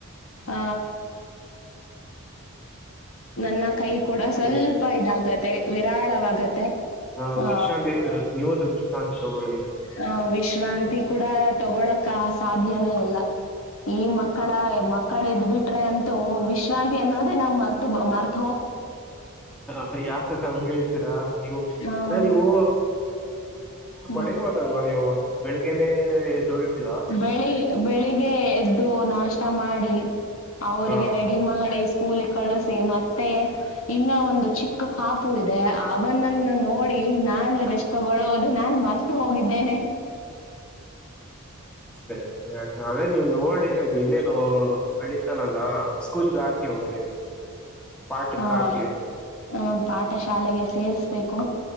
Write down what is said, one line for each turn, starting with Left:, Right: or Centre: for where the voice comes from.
Left: ಹ ನನ್ನ ಕೈ ಕೂಡ ಸ್ವಲ್ಪ
Centre: ಹ್ಮ್
Left: ಇದಾಗತ್ತೆ ವಿರಾಳವಾಗತ್ತೆ
Centre: ಹಾ
Left: ಆ
Centre: ವೃಕ್ಷಾಂತಿ ನೀವುದು ವೃಕ್ಷಾಂತಿ ಇಲ್ಲ ಹೋಳ್ಗೆ
Left: ಹ ವಿಶ್ರಾಂತಿ ಕೂಡ ತಗೊಳಕ್ ಸಾಧ್ಯನೇ ಇಲ್ಲ ಈ ಮಕ್ಕಳ ಮಕ್ಕಳ ಎದ್ಬಿಟ್ರೆ ಅಂತೂ ವಿಶ್ರಾಂತಿ ಅನ್ನೋದೇ ನಾವ್ ಮರ್ತ ಮರ್ತ
Centre: ಹ ಯಾಕಕ ಹಂಗ ಹೇಳ್ತೀರಾ ನೀವು
Left: ಹ್ಮ್
Centre: ಅದ ನೀವು ಹೊಡಿಬಹುದು
Left: ಹ್ಮ್
Centre: ಅಲ್ವಾ ನೀವು ಬೆಳಗ್ಗೆನೇ ಎದ್ದೇಳ್ತೀರಾ
Left: ಬೆಳಿ ಬೆಳಿಗ್ ಎದ್ದು ನಾಷ್ಟ ಮಾಡಿ ಅವ್ರಿಗೆ
Centre: ಹಾ
Left: ರೆಡಿ ಮಾಡಿ ಸ್ಕೂಲ್ ಕಳಸಿ ಮತ್ತೆ ಇನ್ನ ಒಂದು ಚಿಕ್ಕ ಪಾಪು ಇದೆ ಅವನನ್ನು ನೋಡಿ ನಾನು ಅಷ್ಟ ತಗೊಳ್ಳುವುದು ನಾನು ಮರ್ತು ಹೋಗಿದ್ದೇನೆ
Centre: ಸರಿ ಯಾ ಅದೇ ನೀವು ನೋಡಿ ಬನ್ನೆ ನೋ ಬೆಳಿ ಇತಾನಲ್ಲ ಸ್ಕೂಲ್ಗೆ ಹಾಕಿ ಅವನಿಗೆ ಪಾಠಕ್
Left: ಹಾ
Centre: ಹಾಕಿ
Left: ಹ ಪಾಠ ಶಾಲೆಗೆ ಸೇರ್ಸ್ಬೇಕು